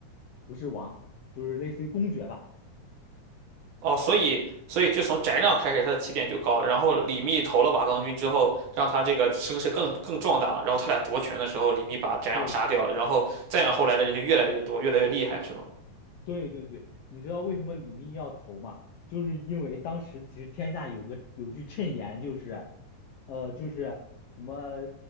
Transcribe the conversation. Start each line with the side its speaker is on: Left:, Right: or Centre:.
Left: 不是王，就是类似于公爵吧。
Right: 哦，所以所以就从翟让开始，他的起点就高，然后李密投了瓦岗军之后，让他这个声势更更壮大了。然后他俩夺权的时候，李密把翟让杀掉了，
Left: 对。
Right: 然后再往后来的人就越来越多，越来越厉害，是吗？
Left: 对对对，你知道为什么李密要投吗？就是因为当时其实天下有个有句谶言，就是，呃，就是什么，